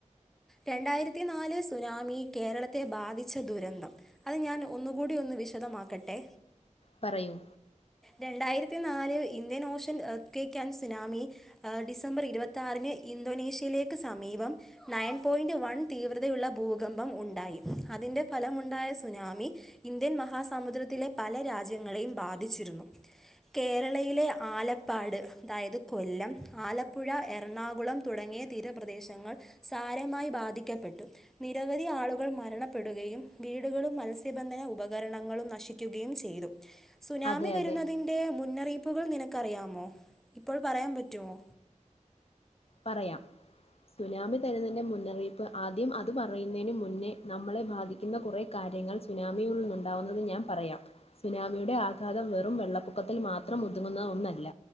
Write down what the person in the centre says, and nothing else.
രണ്ടായിരത്തി നാല് സുനാമി കേരളത്തി ത്തെ ബാധിച്ച ദുരന്തം അത് ഞാൻ ഒന്നുകൂടി ഒന്ന് വിശദമാക്കട്ടെ
രണ്ടായിരത്തി നാല് ഇന്ത്യൻ ഓഷൻക്കൻ സുനാമി ഡിസംബർ ഇരുപത്തി ആറിന് ഇന്തോനേഷ്യയിലേക്ക് സമീപം നയൻ പോയിൻ്റ് വൺ തീവ്രതയുള്ള ഭൂകമ്പം ഉണ്ടായി അതിന്റെ ഫലമുണ്ടായ സുനാമി ഇന്ത്യൻ മഹാസമുദ്രത്തിലെ പല രാജ്യങ്ങളെയും ബാധിച്ചു രുന്നു കേരളയിലെ ആലപ്പാട് അതായത് കൊല്ലം ആലപ്പുഴ എറണാകുളം തുടങ്ങിയ തീരപ്രദേശങ്ങൾ സാരമായി ബാധിക്കപ്പെട്ടു നിരവധി ആളുകൾ മ രണപ്പെടുകയും വീടുകളും മത്സ്യബന്ധന ഉപകരണങ്ങളും നശിക്കുകയും ചെയ്തു. സുനാമി
വരുന്നതിന്റെ
മു ന്നറിയിപ്പുകൾ നിനക്കറിയാമോ ഇപ്പോൾ പറയാൻ പറ്റുമോ?